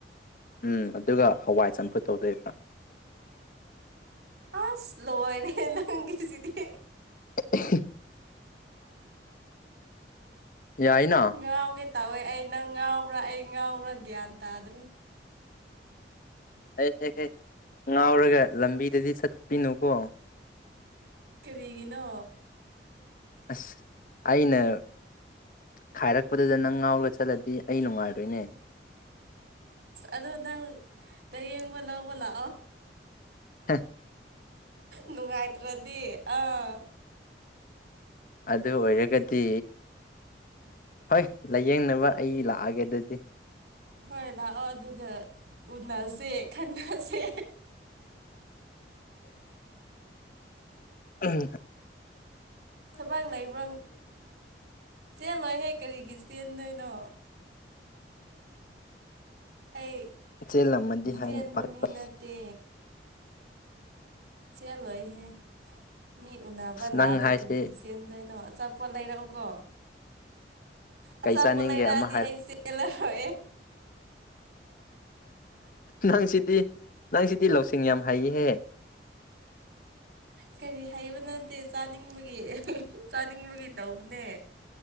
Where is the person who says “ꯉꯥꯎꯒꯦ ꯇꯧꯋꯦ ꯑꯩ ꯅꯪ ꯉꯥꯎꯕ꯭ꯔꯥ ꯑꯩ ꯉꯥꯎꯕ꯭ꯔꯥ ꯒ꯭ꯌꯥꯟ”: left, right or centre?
Right